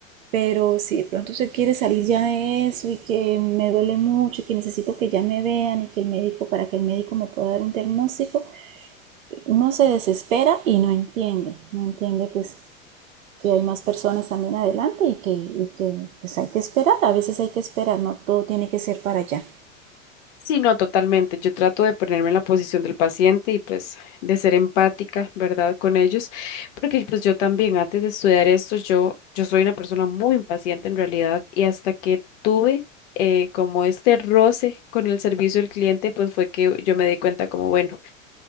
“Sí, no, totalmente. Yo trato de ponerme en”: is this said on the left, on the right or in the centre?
Left